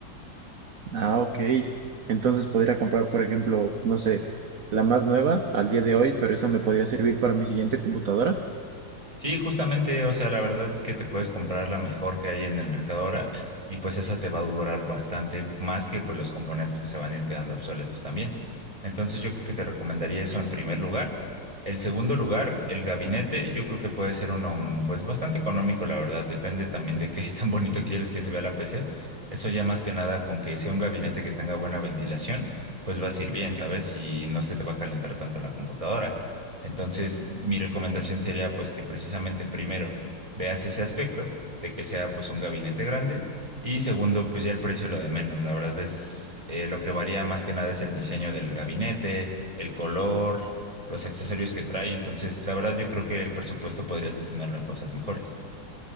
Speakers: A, on the right; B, on the right.
A: Ah, ok. Entonces podría comprar, por ejemplo, no sé, la más nueva al día de hoy, pero esa me podría servir para mi siguiente computadora.
B: Sí, justamente, o sea, la verdad es que te puedes comprar la mejor que hay en el mercado ahora y pues esa te va a durar bastante más que pues los componentes que se van a ir quedando obsoletos también. Entonces yo creo que te recomendaría eso en primer lugar. El segundo lugar, el gabinete, yo creo que puede ser uno mm, pues bastante económico, la verdad, depende también de qué <laughs> tan bonito quieres que se vea la PC. Eso ya más que nada con que sea un gabinete que tenga buena ventilación, pues va a ir bien, ¿sabes? Y no se te va a calentar tanto la computadora. Entonces, mi recomendación sería pues que precisamente primero veas ese aspecto de que sea pues un gabinete grande y segundo pues ya el precio es lo de menos. La verdad es eh, lo que varía más que nada es el diseño del gabinete, el color, los accesorios que trae. Entonces, la verdad yo creo que el presupuesto podrías destinarlo en cosas mejores.